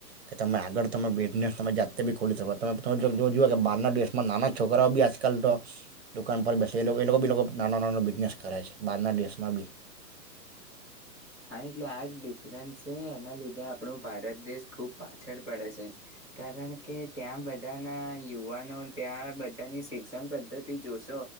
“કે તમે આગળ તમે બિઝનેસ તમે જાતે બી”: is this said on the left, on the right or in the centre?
Right